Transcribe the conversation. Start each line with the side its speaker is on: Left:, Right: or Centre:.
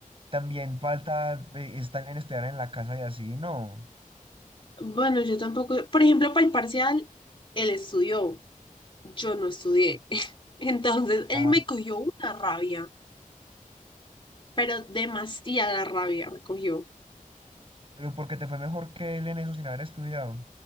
Right: también falta, eh, es también estudiar en la casa y así, ¿no?
Left: bueno, yo tampoco, por ejemplo, para el parcial, él estudió, yo no estudié. <laughs> Entonces,
Right: Ah,
Left: él me cogió una rabia, pero demasiada rabia me cogió.
Right: pero porque te fue mejor que él en eso sin haber estudiado.